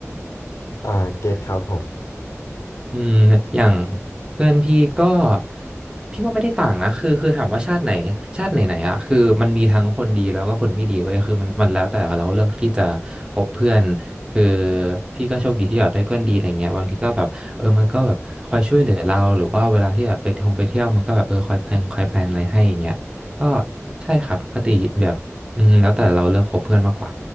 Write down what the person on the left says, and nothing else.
อ่าเก็ตครับผม